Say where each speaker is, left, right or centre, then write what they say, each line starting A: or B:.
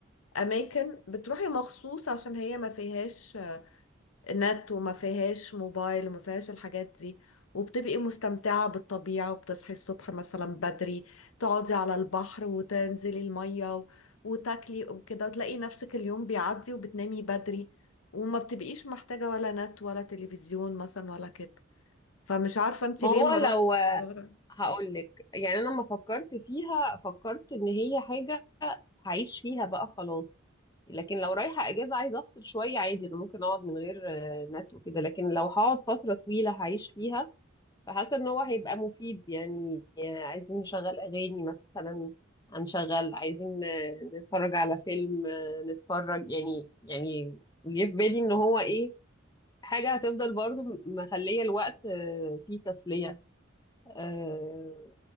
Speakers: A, on the left; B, on the left.
A: اماكن بتروحي مخصوص عشان هي ما فيهاش نت وما فيهاش موبايل وما فيهاش الحاجات دي وبتبقي مستمتعة بالطبيعة وبتصحي الصبح مثلا بدري تقعدي على البحر وتنزلي المية و- وتاكلي وكده وتلاقي نفسك اليوم بيعدي وبتنامي بدري وما بتبقيش محتاجة ولا نت ولا تلفزيون مثلا ولا كده فمش عارفة انت
B: ما
A: ليه
B: هو
A: ما
B: لو
A: روحتي صغرى
B: هقولك يعني أنا لما فكرت فيها فكرت إن هي حاجة هعيش فيها بقى خلاص لكن لو رايحة اجازة عايزة افصل شوية عادي انا ممكن اقعد من غير آه، نت وكده لكن لو هقعد فترة طويلة هعيش فيها فحاسة ان هو هيبقى مفيد يعني آه، عايزين نشغل اغاني مثلا هنشغل عايزين آه، نتفرج على فيلم آه، نتفرج يعني يعني جه في بالي ان هو ايه حاجة هتفضل برضو مخلية الوقت آه، فيه تسلية آه،